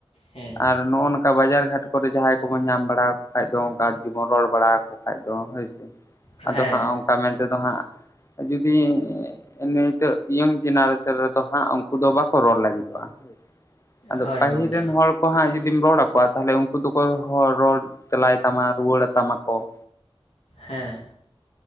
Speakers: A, on the left; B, on the left.
A: ᱦᱮᱸ
B: ᱟᱨ ᱱᱚᱜᱼᱚ ᱱᱚᱝᱠᱟ ᱵᱟᱡᱟᱨ ᱜᱷᱟᱴ ᱠᱚᱨᱮ ᱡᱟᱦᱟᱸᱭ ᱠᱚᱵᱚᱱ ᱧᱟᱢ ᱵᱟᱲᱟ ᱠᱚ ᱠᱷᱟᱡ ᱫᱚ ᱚᱱᱠᱟ ᱡᱩᱫᱤ ᱵᱚᱱ ᱨᱚᱲ ᱵᱟᱲᱟᱭᱟᱠᱚ ᱠᱷᱟᱡ ᱫᱚ ᱦᱳᱭ ᱥᱮ ᱾
A: ᱦᱮᱸ
B: ᱟᱫᱚ ᱦᱟᱸᱜ ᱚᱱᱠᱟ ᱢᱮᱱᱛᱮ ᱫᱚ ᱦᱟᱸᱜ, ᱡᱩᱫᱤᱻ ᱱᱤᱛᱚᱜ ᱤᱭᱟᱹᱝ ᱟᱞᱮ ᱥᱮᱫ ᱨᱮᱫᱚ ᱦᱟᱸᱜ ᱩᱱᱠᱩ ᱫᱚ ᱵᱟᱠᱚ ᱨᱚᱲ ᱞᱟᱹᱜᱤᱫᱚᱜ-ᱟ, ᱟᱫᱚ
A: ᱦᱳᱭ
B: ᱯᱟᱹᱦᱤᱞ
A: ᱜᱚᱢᱠᱮ
B: ᱨᱮᱱ ᱦᱚᱲ᱾ ᱦᱚᱲ ᱠᱚ ᱦᱟᱸᱜ ᱡᱩᱫᱤᱢ ᱨᱚᱲ ᱟᱠᱚᱣᱟ ᱛᱟᱦᱚᱸᱞᱮ ᱩᱱᱠᱩ ᱫᱚᱠᱚ ᱦᱚᱲ ᱨᱚᱲ ᱛᱮᱞᱟᱭ ᱛᱟᱢᱟ ᱨᱩᱣᱟᱹᱲᱟ ᱛᱟᱢᱟ ᱠᱚ᱾
A: ᱦᱮᱸ,